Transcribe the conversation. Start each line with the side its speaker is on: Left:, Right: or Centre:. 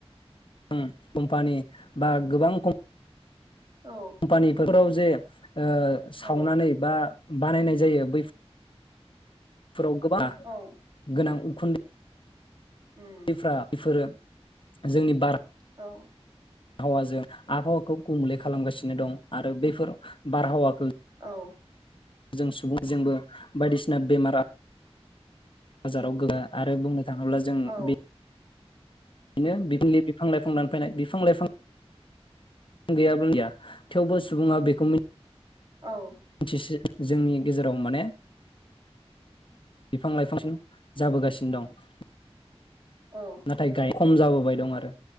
Left: उम कम्पानि बा गोबां खम
Right: औ
Left: फानि फोथाराव जे ओ सावनानै
Right: औ
Left: बा बानायनाय जायो बैफ फोराव गोबां
Right: औ
Left: गोनां खुन्दै
Right: उम
Left: इफ्रा इफोरो जोंनि बारा
Right: औ
Left: हावाजों आबहावाखौ गुबुंले खालामगासिनो दं आरो बेफोर बारहावाखो
Right: औ
Left: जों सुबुं जोंबो बायदिसिना बेमारा जाराव <inaudible> आरो बुंनो थाङोब्ला जों
Right: औ
Left: बि नो बिफिलि बिफां लाइफां दानफायनाय बिफां लाइफां <unintelligible> थेवबो सुबुङा बेखौ मि
Right: औ
Left: थि जोंनि गेजेराव माने बिफां लाइफांसिन जाबोगासिनो दं
Right: औ
Left: नाथाय गाय खम जाबोबाय दं आरो